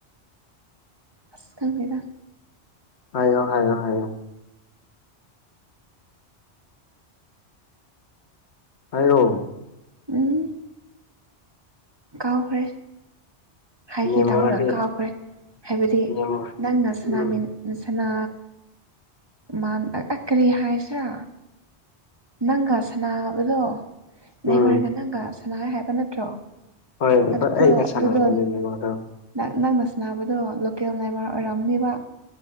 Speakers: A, on the right (about 20°); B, on the left (about 70°).
A: ꯑꯁ ꯈꯪ ꯗꯦꯍꯦ
B: ꯍꯥꯏꯌꯣ ꯍꯥꯏꯌꯣ ꯍꯥꯏꯌꯣ ꯍꯥꯏꯔꯣ
A: ꯎꯝ ꯀꯥꯎꯈ꯭ꯔꯦ ꯍꯥꯏꯒꯦ
B: ꯅꯦꯃꯥꯔꯗꯤ
A: ꯇꯧꯔꯒ ꯀꯥꯎꯈ꯭ꯔꯦ ꯍꯥꯏꯕꯗꯤ
B: ꯅꯦꯃꯥꯔ
A: ꯅꯪꯅ ꯁꯅꯥꯃꯤꯟ
B: ꯎꯝ
A: ꯁꯥꯅꯥ ꯃꯥ ꯑ ꯀꯔꯤ ꯍꯥꯏꯁꯤꯔꯥ ꯅꯪꯒ ꯁꯅꯥꯅꯕꯗꯣ
B: ꯎꯝ
A: ꯅꯃꯔꯒ ꯅꯪꯒ ꯁꯅꯥ ꯍꯥꯏꯕ ꯅꯠꯇ꯭ꯔꯣ?
B: ꯍꯣꯏ ꯑꯩꯈꯣꯏ
A: ꯑꯗꯨꯗ
B: ꯑꯩꯒ ꯁꯥꯟꯅꯕꯅꯦ
A: ꯑꯗꯨꯗ
B: ꯅꯦꯃꯥꯔꯗꯣ
A: ꯅꯪ ꯅꯪꯅ ꯁꯥꯟꯅꯕꯗꯣ ꯂꯣꯀꯦꯜ ꯅꯦꯃꯔ ꯑꯣꯏꯔꯑꯝꯅꯦꯕ